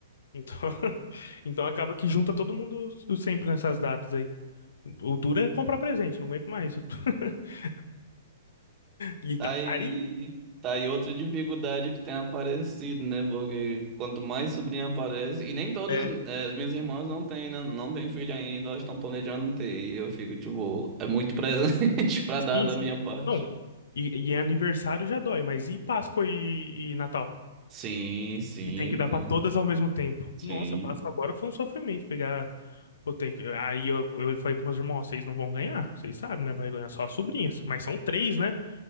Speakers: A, on the left (about 75°); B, on the right (about 30°).
A: Então, <laughs> então acaba que junta todo mundo sempre nessas datas aí. O duro é comprar presente, não aguento mais. <laughs> E
B: Tá
A: tá
B: aí,
A: carinho.
B: tá aí outra dificuldade que tem aparecido, né? Porque quanto mais sobrinha aparece, e nem todas,
A: É,
B: eh, as minhas irmãs não têm, não, não têm filho ainda, elas estão planejando ter, e eu fico, tipo, é muito presente <laughs> pra
A: sim,
B: dar da
A: sim.
B: minha parte.
A: Não, e, e aniversário já dói, mas e Páscoa e, e Natal?
B: Sim, sim,
A: E tem que dar
B: sim,
A: pra todas ao mesmo tempo.
B: sim,
A: Nossa, Páscoa agora foi um sofrimento pegar. Pô, tem que- Aí eu, eu falei pros meus irmãos, "Ó, vocês não vão ganhar, vocês sabem, né? Vai ganhar só as sobrinhas, mas são três, né?